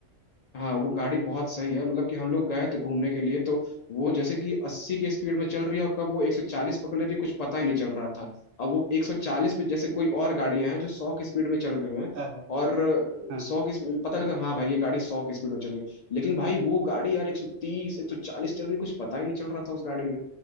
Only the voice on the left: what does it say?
हाँ वो
गाड़ी
बहुत सही है मतलब कि हम लोग गए थे घूमने के लिए तो वो जैसे कि अस्सी के स्पीड में चल रही है और कब वो एक सौ चालीस पकड़ ले रही है, कुछ पता ही नहीं चल रहा था अब वो एक सौ चालीस पे जैसे कोई और गाड़ियां हैं जो सौ की स्पीड में चल रही हैं
और
सौ की स्पीड पता लगता है हाँ भाई ये गाड़ी सौ की स्पीड में चल रही है लेकिन भाई वो गाड़ी यार एक सौ तीस एक सौ चालीस चल रही है, कुछ पता ही नहीं चल रहा था उस गाड़ी में